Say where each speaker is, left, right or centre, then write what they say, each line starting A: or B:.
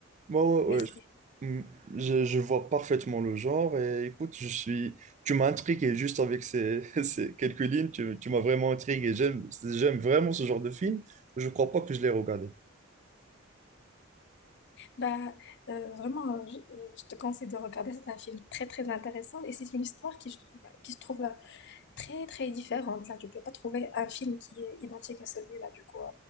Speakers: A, on the right; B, on the left.
A: ouais, ouais,
B: Mais
A: ouais.
B: c'est
A: Hmm. Je, je vois parfaitement le genre et écoute, je suis... Tu m'as intrigué juste avec ces, <laughs> ces quelques lignes, tu, tu m'as vraiment intrigué. J'aime, j'aime vraiment ce genre de film. Je crois pas que je l'ai regardé.
B: Bah, euh, vraiment, euh, je, euh, je te conseille de regarder. C'est un film très, très intéressant et c'est une histoire qui, qui se trouve euh, très, très différente. Là, tu peux pas trouver un film qui est identique à celui-là. Du coup, euh,